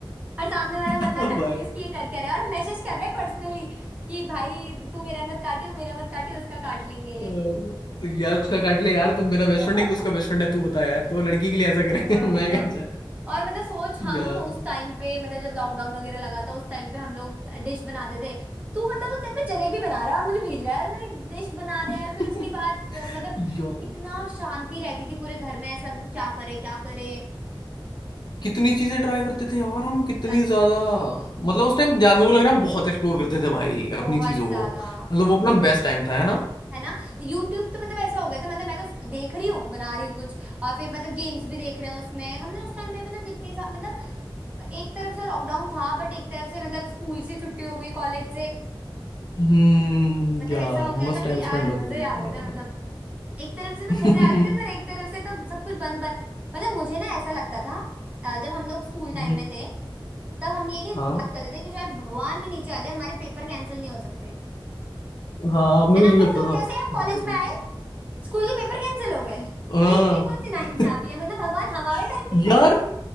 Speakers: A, on the right; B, on the left.
A: और सामने
B: <laughs>
A: वाला बंदा कंफ्यूज
B: भाई
A: कि ये कर क्या रहा है और हम मैसेज कर रहे हैं पर्सनली कि भाई तू मेरा मत काटियो मेरा मत काटियो उसका काट लेंगे
B: अ, यार उसका काट ले यार तू मेरा बेस्ट
A: <laughs>
B: फ्रेंड है कि उसका बेस्ट फ्रेंड है तू बता यार तो लड़की के लिए ऐसा
A: वही
B: करे <laughs> मैं क्या
A: तो
B: चाह
A: और मतलब सोच हम
B: यार
A: उस टाइम पे मतलब जब लॉकडाउन वगैरह लगा था उस टाइम पे हम लोग डिश बनाते थे तू मतलब उस टाइम पे जलेबी बना रहा है और मुझे भेज रहा है डिश बना रहे
B: <laughs>
A: हैं फिर उसके बाद अ, मतलब
B: यार
A: कितना शांति रहती थी पूरे घर में ऐसा लगता था क्या करे क्या करे
B: कितनी चीजें ट्राई करते थे यार हम कितनी
A: सच
B: ज्यादा
A: में
B: मतलब उस टाइम मेरे को लग रहा है हम बहुत एक्सप्लोर करते थे भाई
A: बहुत
B: अपनी चीजों
A: ज्यादा
B: को मतलब वो अपना बेस्ट टाइम था है ना
A: है ना यूट्यूब तो मतलब ऐसा हो गया था मतलब मैं तो देख रही हूँ बना रही हूँ कुछ और फिर मतलब गेम्स भी देख रहे हैं उसमें हमने उस टाइम पे भी तो कितनी सा- मतलब एक तरफ से लॉकडाउन था बट एक तरफ से मतलब स्कूल से छुट्टी हो गई कॉलेज से
B: हम्म
A: मतलब
B: यार
A: ऐसा हो गया
B: मस्त
A: था कि
B: टाइम
A: यार
B: स्पेंड होता
A: मजे आ गए थे
B: था
A: मतलब एक तरफ से
B: <laughs>
A: तो मजे आ गए थे पर एक तरफ से तो सब कुछ बंद बंद मतलब मुझे ना ऐसा लगता था अ, जब हम लोग स्कूल टाइम
B: हम्म,
A: में थे तब हम ये नहीं
B: हाँ
A: बात करते थे कि चाहे भगवान भी नीचे आ जाए हमारे पेपर कैंसिल नहीं हो सकते है
B: हाँ अपने को
A: ना
B: ये लगता
A: पर सोच
B: था
A: जैसे ही हम कॉलेज
B: भाई
A: में आए स्कूल के पेपर कैंसिल हो गए
B: हाँ
A: मतलब ये कौन सी नाइंसाफी है मतलब भगवान हमारे
B: <laughs>
A: टाइम पे ही
B: यार
A: है।